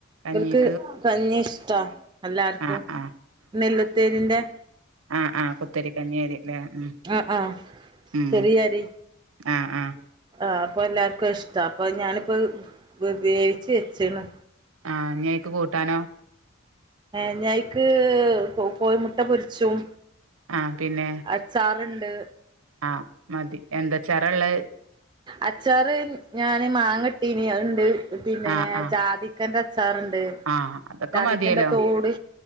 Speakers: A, on the right; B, on the right.
A: കഞ്ഞിക്ക്
B: ഇവർക്ക് കഞ്ഞി ഇഷ്ടാ എല്ലാവർക്കും
A: ആ ആ
B: നെല്ല തേരിന്റെ.
A: ആഹ് ആഹ് കുത്തരികഞ്ഞിആരിക്കു അല്ലേ ഉം
B: ആഹ് ആഹ്
A: ഉം
B: ചെറിയ അരി
A: ആഹ് ആഹ്.
B: ആഹ് അപ്പൊ എല്ലാർക്കും അത് ഇഷ്ട അപ്പൊ ഞാനിപ്പോ വേവിച്ച് വെച്ച്ക്ക്ണ്.
A: ആഹ് ഇനി അതിയ്ക്ക് കൂട്ടാനോ?
B: ഞ്ഞേയ്ക്ക് കോഴിമുട്ട പൊരിച്ചും.
A: ആഹ് പിന്നെ.
B: അച്ചാറുണ്ട്.
A: ആഹ് മതി എന്ത്‌ അച്ചാർ ഇള്ളത്.
B: അച്ചാറ് ഞാന് മാങ്ങട്ടീനി അതുണ്ട് പിന്നെ
A: ആ ആ
B: ജാതി ക്കന്റെ അച്ചാറ്ണ്ട്
A: ആഹ് അതൊക്കെ
B: ജാധിക്കന്റെ
A: മതിയല്ലോ
B: തോട്.